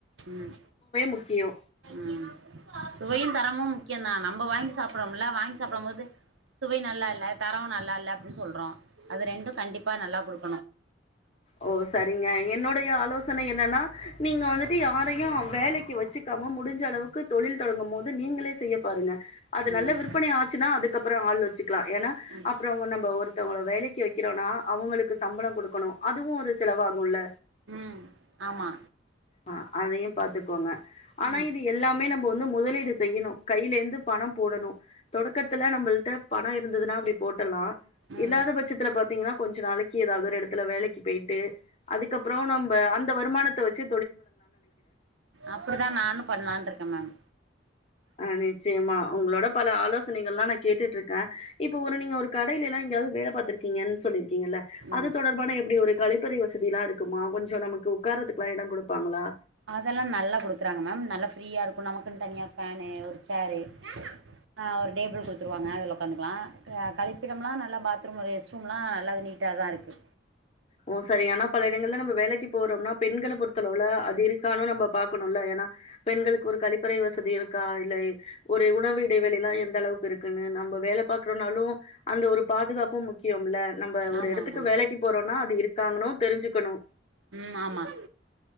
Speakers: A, on the right; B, on the left.
A: ம்
B: முக்கியோ
A: ம் சுவையும் தரமும் நா நம்ம வாங்கி சாப்பிரோம்ல வாங்கி சாப்பிடும் போது சுவை நல்லா இல்ல தர நல்லா இல்ல அப்படின்னு சொல்றோ அது ரெண்டு கண்டிப்பா நல்லா கொடுக்
B: ஓ சரிங்க என்னுடைய ஆலோசனை என்னன்னா நீங்க வந்துட்டு யாரையு வேலைக்கு வெச்சுக்காம முடிஞ்சளவுக்கு தொழில் தொடங்கு போது நீங்களே செய்யப் பாருங்க அது நல்ல
A: ம்
B: விற்பனை ஆச்சுன்னா அதுக்கப்புறோ ஆள் வெச்சுக்கலா என்ன
A: ம்
B: அப்புறோ நம்ம ஒருத்தவங்கள வேலைக்கு வெக் கிறோனா அவுங்க சம்பள கொடுக்கணோ அதுவு ஒரு செலவாகுல
A: ம் ஆமா
B: அ அதயு பாத்துக்கோங்க ஆனா
A: ம்
B: இது எல்லாமே நம்போ வந்து முதலீடு செய்யணோ கையில இருந்து இந்து பணோ போடணோ தொடக்கத்துல நம்மள்ட பணோ இருந்ததுன்னா அப்டி போட்டுலா
A: ம்
B: இல்லாத பட்சத்துல பார்த்தீங்கங்கன்னா கொஞ்சோ நாளைக்கு ஏதாவது ஒரு எடத்துல வேலைக்கு போய்ட்டு அதுக்கப்புறோ நம்ப அந்த வருமானத்த வெச்சு
A: அப்படிதான் நானும் பண்ணலானு இருக்கேன் மேம்
B: ஆஹ் நிச்சயம் மா உங்ளோட பல ஆலோசனைகள்லாம் நான் கேட்டுட்டு இரு கா இப்ப ஒரு நீங்க ஒரு கடைலாளம் எங்கயாவது வேலை பார்த்தருக்கீங்கன் சொல்லிரு இங்கல
A: ம்
B: அது தொடர்பான எப்படி ஒரு கழிப்பறி வசதிலா இருக்குமா கொஞ்சம் நமக்கு உக்காரத்குலாம் இடம் கொடுப்பாங்களா
A: அதெல்லாம் நல்லா குடுக்குறாங்க மேம் நல்லா ஃப்ரீயா இருக்கும் நமக்குன்னு தனியா ஃபேனு ஒரு சேரு ஆஹ் ஒரு டேபிள் குடுத்துருவாங்க அதுல அத்தலம் அதலாம் நல்ல குடுக்குறாங்க மேம் <unintelligible> உட்காந்துக்கலாம் கிப்பிடம் எல்லாம் நல்லா பாத்ரூம் ரெஸ்ட் ரூம் எல்லாம் நல்லது நீட்டா தான் இருக்கு
B: ஓ சரி ஆனா பல இடங்கள்ல நம்ம வேலைக்கு போறோம்னா பெண்களை பொருத்தலுவுல அது இருக்கானு நம்ம பாக்கணும்ல ஏன்னா பெண்களுக்கு ஒரு கழிப்பறை வசதி இருக்கா இல்லை ஒரு உணவு இடைவெளிலா இடைவெல்லம் எந்த அளவுக்கு இருக்குன்னு நம்ம வேலை பாாரக்குறோனாலும் அந்த ஒரு பாதுகாப்பும் முக்கியம்லன் நம்ப ஒரு
A: ஆமாம்
B: இடத்துக்கு
A: ஆமாம்
B: வேலைக்கு போறோ ஆஹா அது இருக்கானானும் தெரிஞ்சுக்கணு
A: ம் ஆமாம்